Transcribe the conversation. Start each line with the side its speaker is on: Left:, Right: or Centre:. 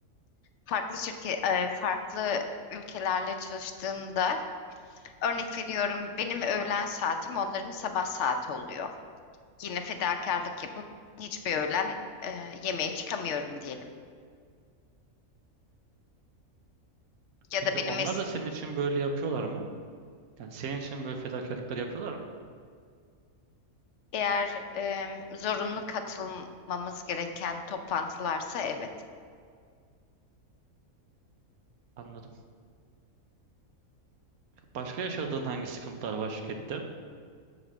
Left: farklı şirket, e, farklı ülkelerle çalıştığımda örnek veriyorum benim öğlen saatim onların sabah saati oluyor. Yine fedakarlık yapıp hiçbir öğlen e, yemeğe çıkamıyorum diyelim. Ya
Right: Peki
Left: da benim
Right: onlar
Left: es-
Right: da senin için böyle yapıyorlar mı? Yani senin için böyle fedakarlıklar yapıyorlar mı?
Left: eğer e, zorunlu katılmamız gereken toplantılarsa evet.
Right: Anladım. Başka yaşadığın hangi sıkıntılar var şirkette?